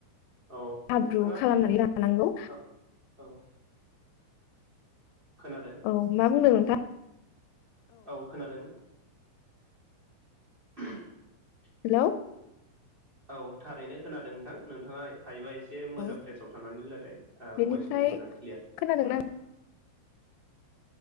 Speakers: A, on the right; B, on the left.
A: औ
B: हाब्रु
A: नोंथाङा
B: खालामनानै लानांगौ
A: औ औ खोनादों
B: औ मा बुंदों नों दा
A: औ खोनादों <unintelligible>
B: हेलौ
A: औ थारैनो खोनादों नोंथां नोंथाङा हायोबा एसे एसे मोजां
B: औ
A: प्लेसाव थानानै रायलाय
B: बेनिफ्राय
A: भयसखौ मोजां क्लियार खोनायाखैमोन
B: खोनादोंना